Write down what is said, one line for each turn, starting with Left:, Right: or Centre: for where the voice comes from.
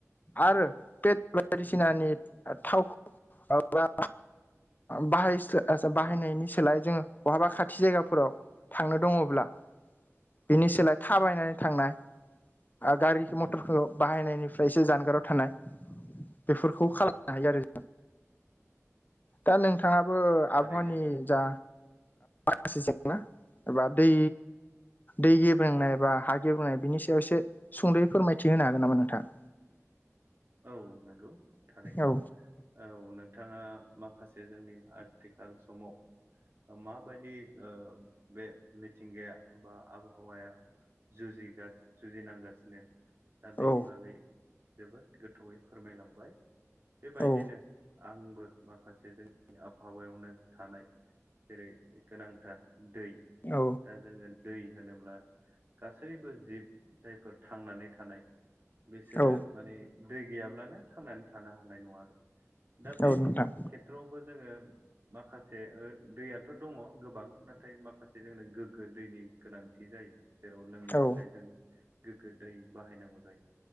Left: आरो पेट्रल बायदिसिनानि थावखौ मा बाहाय स्लाइ बाहायनायनि सोलाय जोङो बहाबा खाथि जायगाफोराव थांनो दङब्ला बिनि सोलाय थाबायनानै थांनाय आरो गारि
Right: नंगौ
Left: मथरखौ बाहायनायनिफ्राय एसे जानगाराव थानाय बेफोरखौ
Right: नंगौ
Left: खालामनो हायो आरो ज दा नोंथाङाबो
Right: थारैनो
Left: आबहावानि जा माखासे जेंना एबा दै दै गेबेंनाय बा हा गेबुंनाय बिनि सायाव एसे सुंद'यै फोरमायथि होनो हागोन नामा नोंथाङा?
Right: औ नंगौ थारैनो
Left: औ
Right: औ नोंथाङा माखासे जोंनि आथिखाल समाव माबायदि ओ बे मिथिंगाया बा आबहावाया जुजिगास जुजिनांगासिनो दा बेनि
Left: औ
Right: बागै जोबोद गोथौयै फोरमायलांबाय बेबायदिनो
Left: औ
Right: आंबो माखासे जोंनि आबहावायावनो थानाय जेरै गोनांथार दै
Left: औ
Right: दा जोङो दै होनोब्ला गासैबो जिब जायफोर थांनानै थानाय बिसोरो
Left: औ
Right: माने दै गैयाब्लानो थांनानै थानो हानाय नङा आरो दा बे
Left: औ नोंथां
Right: खे ट्रवाउबो जोङो माखासे ओ दैयाथ' दङ गोबां नाथाय माखासे जोंनो गोग्गो दैनि गोनांथि जायो जेराव लोंनो
Left: औ
Right: थाखाय जोङो गोगो दै बाहायनांगौ जायो